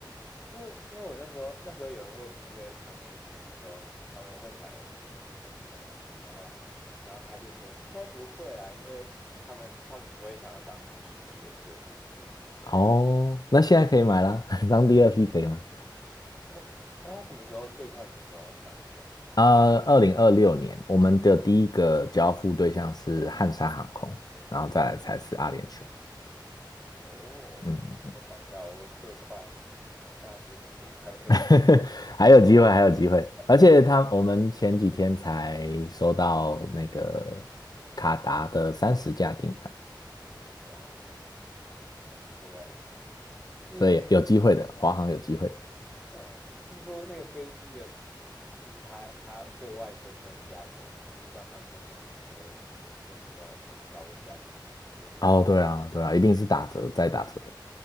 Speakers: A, in the centre; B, on the left.
A: 因为因为我那时候那时候有人问那个长荣的技师说，长荣会买七七七九啊，然后然后他就说应该不会啦，因为他们他们不会想要当第一批的客户，就是确定的。
B: 哦，那现在可以买啦，<laughs> 当第二批可以吗？
A: 哦，哎，他什么时候最快什么时候会上线呢、
B: 呃，二零二六年，我们的第一个交付对象是汉莎航空，然后再来才是阿联酋。
A: 哦，
B: 嗯，
A: 我想一下，我最快我大学毕业还有多久？
B: <laughs> 还有机会，
A: 我感
B: 还有机会。而且他，
A: 觉二
B: 我们前几天才收到那个卡达的三十架订单，
A: 哇，对，是不是听说？
B: 所以有机会的，华航有机会。
A: 嗯，听说那个飞机的，就是它它对外宣称的价格，实际上航空公司不会用那么那么高的价格买，可能是半。
B: 哦，对啊，对啊，一定是打折再打折。